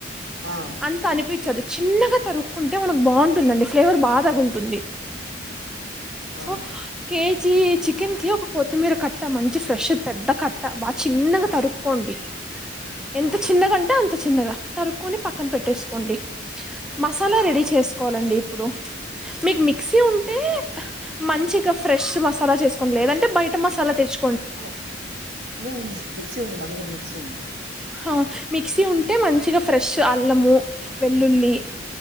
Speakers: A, on the right; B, in the centre.
A: ఆ
B: అంత అనిపించదు చిన్నగా తరుక్కుంటే మనకు బాగుంటుందండి ఫ్లేవర్ బాగా తగులుతుంది
A: ఆ
B: సో కే జీ చికెన్ కి ఒక కొత్తిమీర కట్ట మంచి ఫ్రెష్ది పెద్ద కట్ట బాగా చిన్నగా తరుక్కోండి. ఎంత
A: ఆ
B: చిన్న అంటే అంత్ అంత చిన్నగా తరుకొని పక్క పక్కన పెట్టేసుకోండి మసాలా రెడీ చేసుకోవాలండి ఇప్పుడు మీకు మిక్సీ ఉంటే మంచిగా ఫ్రెష్ మసాలా చేసుకోం లేదంటే బయట మసాలా తెచ్చు
A: ఆ లే ఉందండి మిక్సీ ఉంది మా దగ్గర మిక్సీ ఉంది.
B: హా మిక్సీ ఉంటే మంచిగా ఫ్రెష్ టు అల్లము వెల్లుల్లి